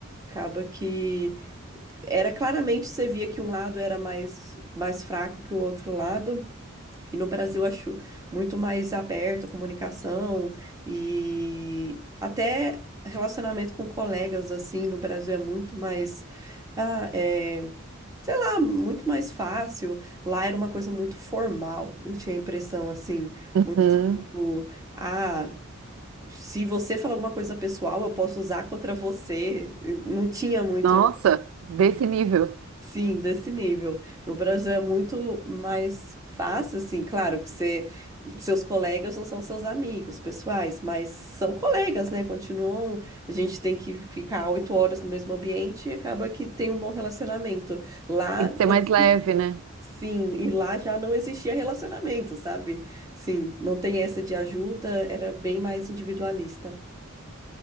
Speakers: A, on the right; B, on the right.
A: acaba que era claramente você via que um lado era mais mais fraco que o outro lado, e no Brasil eu acho muito mais aberta a comunicação e até relacionamento com colegas assim no Brasil é muito mais, ah, é, sei lá, muito mais fácil. Lá era uma coisa muito formal, eu tinha a impressão assim,
B: Uhum.
A: muito, ah, se você falar alguma coisa pessoal, eu posso usar contra você. Não tinha muito.
B: Nossa, desse nível.
A: Sim, desse nível. No Brasil é muito mais fácil, assim, claro que você, seus colegas não são seus amigos pessoais, mas são colegas, né? Continuam, a gente tem que ficar oito horas no mesmo ambiente e acaba que tem um bom relacionamento. Lá,
B: Tem que ser
A: não,
B: mais leve, né?
A: sim, e lá já não existia relacionamento, sabe? Sim, não tem essa de ajuda, era bem mais individualista.